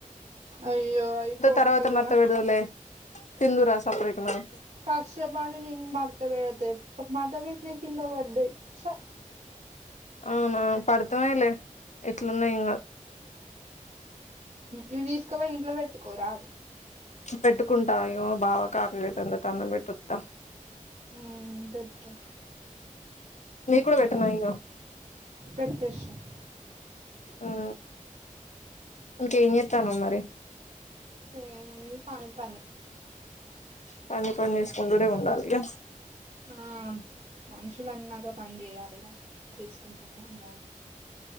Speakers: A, on the right; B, on the left.
A: అయ్యో అయి పోట్లేదుగా
B: తర్వాత మడత పెడదువులే తిందువురా సప్పుడేక మరి
A: కష్ట బడి నేను మడ్త బేడితే మర్త బెట్టినై కింద బడ్డాయి ఛా
B: అవునా పడతమైలే ఇట్లు ఉన్నాయి ఇంగా
A: ఇవి తీసుకోపో ఇంట్లో పెట్టుకోరాదు
B: పెట్టుకుంటా ఇగో బావకు ఆకలైతంద అటా అన్నం పెట్టోత్తా
A: మ్ పెట్టు
B: నీకు కూడా పెట్టనా ఇగ
A: పేట్టేషయ్
B: ఆ ఇంకా ఎంచేత్తావమ్ మరి
A: ఏముంది పని పని
B: పనికొంచేసుకోండుడే ఉండాలి ఇగా
A: ఆమ్ మనుషులు అన్నాక పని చేయాలిగా చేసుకుంటూనే ఉండాలి